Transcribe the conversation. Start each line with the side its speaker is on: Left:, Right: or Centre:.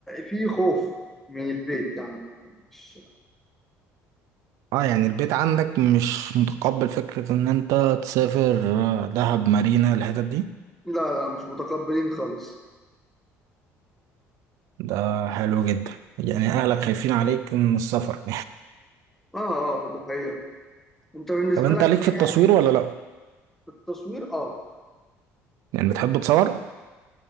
Centre: في خوف من البيت يعني عامه مش
Right: اه يعني البيت عندك مش متقبل فكرة ان انت تسافر آه، دهب مارينا الحتت دي
Centre: لا لا مش متقبلين خالص
Right: ده حلو جدا يعني اهلك خايفين عليك من السفر
Centre: اه اه ده حقيقة انت
Right: <laughs>
Centre: بالنسبه
Right: طب انت
Centre: لك
Right: ليك في
Centre: ايه
Right: التصوير
Centre: اهم
Right: ولا
Centre: هواية؟
Right: لا؟
Centre: التصوير اه
Right: يعني بتحب تصور؟